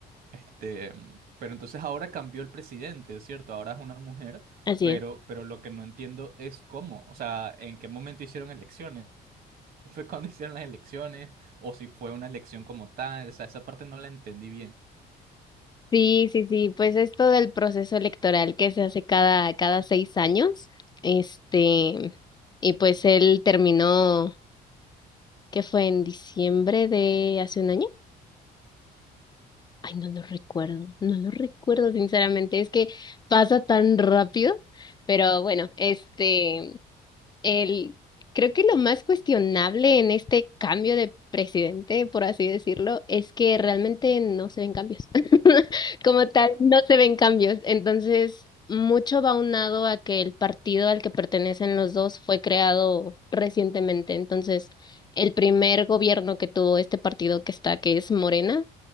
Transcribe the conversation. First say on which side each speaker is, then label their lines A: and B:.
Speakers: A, on the right; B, on the left.
A: este, mm, pero entonces ahora cambió el presidente, ¿es cierto? Ahora es una mujer.
B: <laughs> Así
A: Pero,
B: es.
A: pero lo que no entiendo es cómo, o sea, en qué momento hicieron elecciones. <laughs> ¿Fue cuando hicieron las elecciones? ¿O si fue una elección como tal? O sea, esa parte no la entendí bien.
B: Sí, sí, sí, pues esto del proceso electoral que se hace cada, cada seis años, este, y pues él terminó, ¿qué fue? ¿En diciembre de hace un año? Ay, no lo recuerdo, no lo recuerdo sinceramente, es que pasa tan rápido, pero bueno, este, El, creo que lo más cuestionable en este cambio de presidente, por así decirlo, es que realmente no se ven cambios. <laughs> Como tal, no se ven cambios. Entonces, mucho va aunado a que el partido al que pertenecen los dos fue creado recientemente. Entonces, el primer gobierno que tuvo este partido que está, que es Morena,